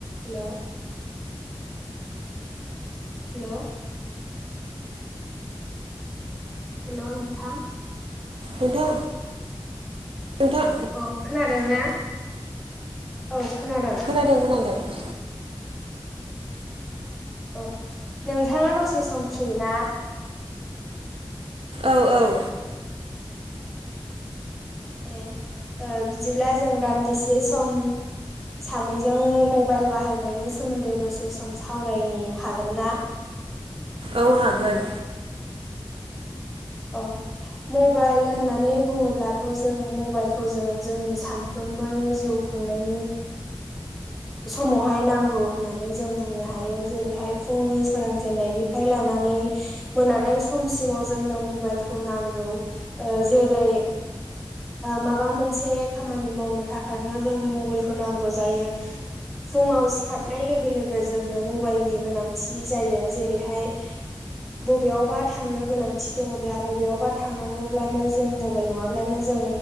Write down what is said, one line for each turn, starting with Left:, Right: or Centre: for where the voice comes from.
Centre: हेल' hello hello नोंथां
Right: नोंथा नोंथां
Centre: औ खोनादों ना औ खोनादों।
Right: ओं खोनादों।
Centre: अ नोंथाङा दसे सम फ्रि ना?
Right: औ औ
Centre: ए ओ बिदिब्ला जों दान्दिसे सम सानैजों मबाइल बाहायनायनि सोमोन्दै दसे सम सावरायनि हागोन ना?
Right: औ हागोन
Centre: अ मबाइल होननानै बुङोब्लाथ' जों मबाइलखौ जों जोंनि सानफ्रोमबोनि जिउ खुंनायनि समावहाय नांगौ होननानै जों बुंनो हायो जेरैहाय फुंनि सोरां जेननायनिफ्राय लानानै मोनानाय समसिमाव जोंनो मबाइलखौ नांगौ जेरै माबा मोनसे खामानि मावनो थाखायनो जोंनो मबाइलखौ नांगौ जायो। फुङाव सिखारनाय लोगो लोगो जोंनो मबाइलनि गोनांथि जायो जेरैहाय बबेयावबा थांनो गोनांथि दङब्ला बबेयावबा थांनांगौब्लानो जों मबाइल नङाब्लानो जों